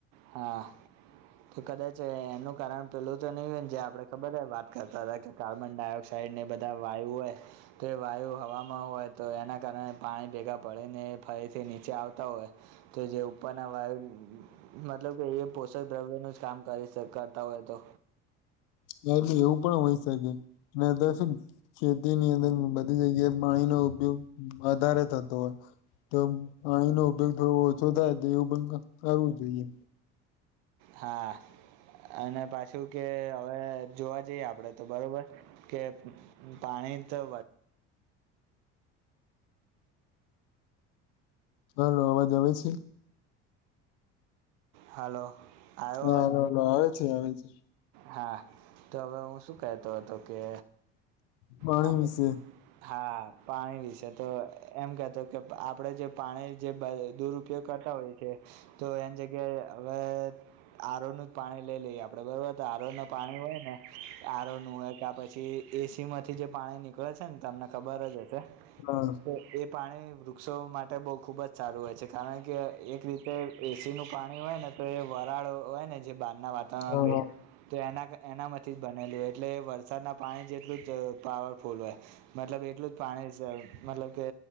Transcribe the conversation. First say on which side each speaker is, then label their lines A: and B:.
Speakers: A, on the right; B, on the left.
A: હા. તો કદાચ એનું કારણ પેલું તો નહી હોયન જે આપડે ખબર હે વાત કરતાતા કે કાર્બન ડાયોક્સ સાઈડને બધા વાયુ હોય તે વાયુ હવામાં હોય તો એના કારણે પાણી ભેગા પડેને ફરીથી નીચે આવતા હોય કે જે ઉપરના વાયુ મતલબ કે એ પોષક દ્રવ્ય નું જ કામ કરી સ કરતા હોય તો.
B: હવે તો એવું પણ હોઈ શકે નહીં તો શું ખેતી ની અંદર બધી જગ્યાએ પાણીનો ઉપયોગ વધારે થતો હોય. તો પાણીનો ઉપયોગ થોડો ઓછો થાય તો એવું બંધ કરવું જોઈએ.
A: હા અને પાછું કે હવે જોવા જઈએ આપડે તો બરોબર કે પાણી તો વ
B: હલો અવાજ આવે છે.
A: હાલો. આવ્યો
B: હા
A: અવાજ
B: હલો હલો આવે છે આવે છે.
A: હા તો હવે હું શું કેતો હતો કે
B: પાણી
A: આપણે
B: વિશે.
A: હા પાણી વિશે તો એમ કેતો કે પ આપડે જે પાણી જે બએ દુર પયોગ કરતા હોય કે તો એની જગ્યાએ હવે આરોનું જ પાણી લઈ લઈએ આપણે બરોબર આરોના પાણી હોય ને આરો નું હોય કા પછી એસી માંથી જે પાણી નીકળે છે ને તમને ખબર જ હશે
B: હા
A: તો એ પાણી વૃક્ષો માટે બહુ ખૂબ જ સારું હોય છે કારણ કે એક રીતે એસીનું પાણી હોય ને તો એ વરાળો હોય ને જે બહારના વાતાવરણ
B: હા
A: ભે તો એના કર એનામાંથી જ બનેલી હોય એટલે વરસાદના પાણી જેટલું જ પાવરફુલ હોય મતલબ એટલું જ પાણી છે મતલબ કે